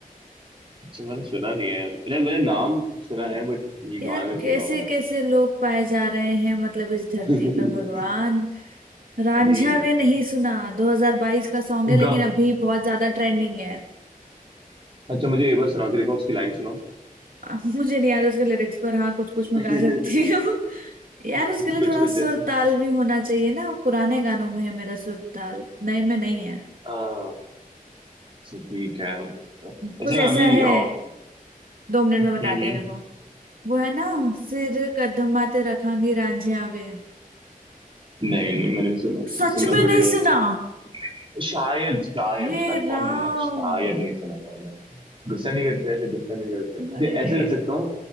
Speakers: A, on the right; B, on the right.
A: अच्छा मैंने सुना नहीं है मैंने मैंने नाम सुना है बट ये गाना
B: यार
A: नहीं सुना
B: कैसे
A: मैंने
B: कैसे लोग पाए जा रहे हैं मतलब इस धरती
A: <laughs>
B: पे भगवान रांझिया
A: अरे यार
B: वे नहीं सुना 2022 का सॉन्ग है लेकिन
A: गा
B: अभी बहुत ज्यादा ट्रेंडिंग है
A: अच्छा मुझे एक बार सुना के देखो उसकी लाइन सुनाओ
B: आ, मुझे नहीं याद उसके लिरिक्स पर हाँ कुछ कुछ मैं
A: <laughs>
B: गा सकती हूँ <laughs> यार उसके लिए
A: कुछ
B: थोड़ा
A: कुछ जैसा
B: सुर ताल भी होना चाहिए ना पुराने गानों में है मेरा सुर ताल नए में नहीं है
A: आ, अच्छा, ठीक है वैसे
B: कुछ
A: मैं
B: ऐसा
A: अभी
B: है
A: आ, हम्म,
B: दो मिनट
A: हम्म।
B: में बताते हैं देखो वो है ना सिर कदमाते रखांगी रांझिया वे
A: नहीं नहीं मैंने नहीं सुना
B: सच
A: सुनना
B: में
A: पड़ेगा
B: नहीं सुना
A: मुझे। शायद शायद
B: हे
A: कंफर्म
B: राम
A: नहीं है शायद नहीं सुना है मैंने गुस्सा नहीं करते ऐसे गुस्सा नहीं करते तो
B: अरे
A: ऐसे
B: रे
A: कर सकता हूँ